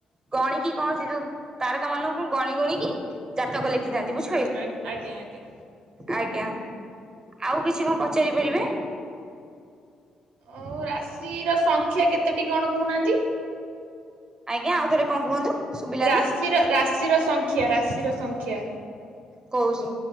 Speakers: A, on the right; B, on the right.
A: ଗଣିକି କଣ ସେ ଯୋଉ ତାରକା ମାନଙ୍କୁ ଗଣି ଗୁଣିକି ଜାତକ ଲେଖିଥାନ୍ତି। ବୁଝିପା
B: ଆ ଆଜ୍ଞା ଆଜ୍ଞା।
A: ଆଜ୍ଞା। ଆଉ କିଛି କଣ ପଚାରି ପାରିବେ?
B: ଆଉ ରାଶି ର ସଂଖ୍ୟା କେତେଟି କଣ କହୁନାହାନ୍ତି?
A: ଆଜ୍ଞା। ଆଉ ଥରେ କଣ କୁହନ୍ତୁ? ଶୁଭିଲାନି।
B: ରାଶିର ରାଶିର ସଂଖ୍ୟା ରାଶିର ସଂଖ୍ୟା
A: କହୁଛି